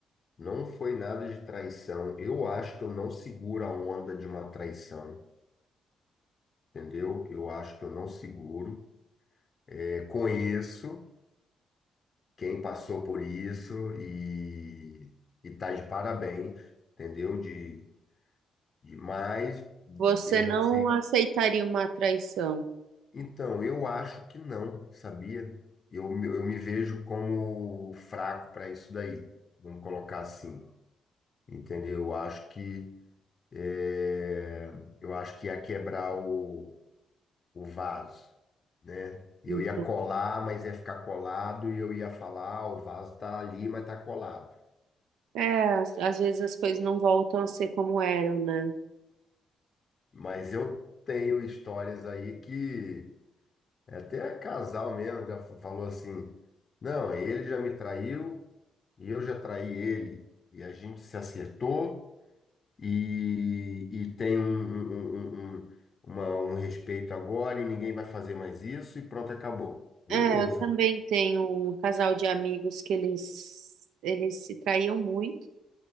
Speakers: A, on the left; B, on the right.
A: não foi nada de traição. Eu acho que eu não seguro a onda de uma traição, entendeu? Eu acho que eu não seguro. É, conheço. quem passou por isso e, e tá de parabéns, entendeu? De, de mas
B: você
A: eu
B: não
A: sei.
B: aceitaria uma traição.
A: Então, eu acho que não, sabia? Eu, me- eu me vejo como fraco para isso daí, vamos colocar assim, entendeu? Eu acho que é, eu acho que ia quebrar o, o vaso. Né? Eu
B: Então,
A: ia colar, mas ia ficar colado, e eu ia falar, "Ah, o vaso tá ali, mas tá colado.
B: É, às às vezes as coisas não voltam a ser como eram, né?
A: Mas eu tenho histórias aí que até casal mesmo já fa- falou assim: não, ele já me traiu e eu já traí ele. E a gente se acertou e, e tem um, um, um, um- um, uma- um respeito agora e ninguém vai fazer mais isso e pronto, acabou. Beleza.
B: É, eu também tenho um casal de amigos que eles, eles se traíam muito.